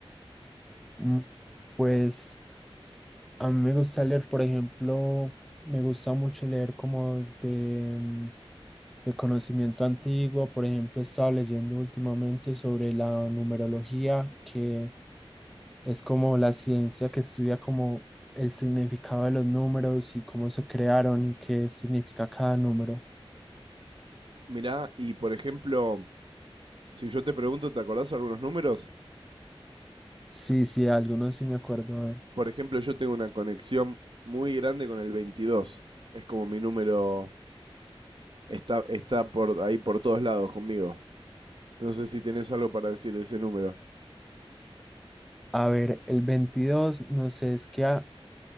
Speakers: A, in the centre; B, on the right.
A: Mm, Pues A mí me gusta leer, por ejemplo, me gusta mucho leer como de, mm, de conocimiento antiguo. Por ejemplo, he estado leyendo últimamente sobre la numerología, que es como la ciencia que estudia como el significado de los números y cómo se crearon y qué significa cada número.
B: Mirá, y por ejemplo, si yo te pregunto, ¿te acordás algunos números?
A: Sí, sí, algunos sí me acuerdo. A ver,
B: Por ejemplo, yo tengo una conexión muy grande con el 22. Es como mi número, está, está por ahí por todos lados conmigo. No sé si tenés algo para decir de ese número.
A: a ver, el 22 no sé, es que ha-